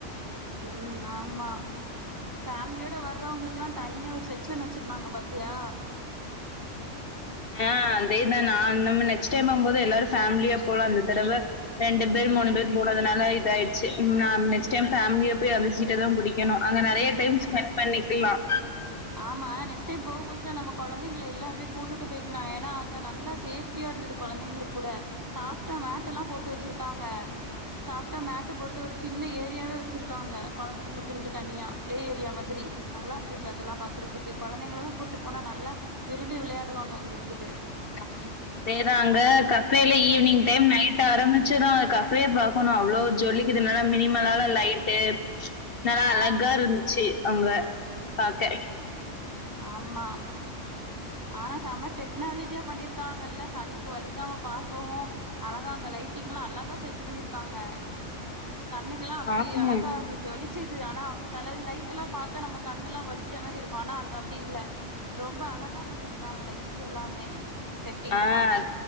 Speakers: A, on the right; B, on the left.
A: ம் ஆமா ஃபேமிலியோட வர்றவங்களுக்கெல்லாம் தனியா ஒரு செக்ஷன் வச்சிருந்தாங்க பாத்தியா
B: ஆ அதே தான் நான் நம்ம நெக்ஸ்ட் டைம் போகும்போது எல்லாரும் ஃபேமிலியா போலாம் இந்த தடவை ரெண்டு பேர்
A: ம்
B: மூணு பேர் போனதுனால இதாயிடுச்சு நாம் நெக்ஸ்ட் டைம் ஃபேமிலியா போய் அந்த சீட்ட தான் புடி ணும் அங்க நிறைய
A: ம்
B: டைம் ஸ்பெண்ட் பண்ணிக்கலாம்
A: ஆமா நெக்ஸ்ட் டைம் போகும்போது நம்ம குழந்தைங்களை எல்லாருமே கூட்டுட்டு போயிக்கலாம் ஏன்னா அங்க நல்லா சேஃப்டியா இருந்தது குழந்தைங்களுக்கு கூட சாப்டா மேட் எல்லாம் போட்டு வச்சிருக்காங்க சாஃப்டா மேட்டை போட்டு ஒரு சின்ன ஏரியாவே வச்சிருக்காங்க குழந்தைங்களுக்குன்ட்டு தனியா ப்ளே ஏரியா மாதிரி நல்லா இருந்துச்சு அதெல்லாம் பாக்குறதுக்கு குழந்தைங்க எல்லாம் கூட்டு போனா நல்லா விரும்பி விளையாடுவாங்க அங்க இருந்துட்டு
B: அதேதாங்க கஃபேல ஈவினிங் டைம் நைட் ஆரம்பிச்சுரும் கஃபேயெ பாக்கணும் அவ்ளோ ஜொலிக்குது இதனால மினிமலால லைட்டு நல்லா
A: ஆ
B: அழகா இருந்துச்சு அவங்க பாக்க
A: ஆமா ஆனா செம ட்டு க்னாலஜியா பண்ணிருக்காங்கல்ல கண்ணுக்கு வலிக்காம பாக்கவு அழகாங்க லைட்டிங்ல்லா அழகா செட் பண்ணிருக்காங்க கண்ணுக்கெல்லா அப்டி
B: ஆமா.
A: அழகா இருக்கு ஜொலிக் ச்சுது ஆனா செல இது லைட்டெல்லா பாத்தா நம்ம கண்ணுல்லா வலிக்கிற மாரி இருக்கு ஆனா அங்க அப்டி இல்ல ரொம்ப அழகா பண்ணிருந்தாங்க லைட்ஸ் எல்லாமே செட்டிங்
B: ஆஹ்
A: எல்லா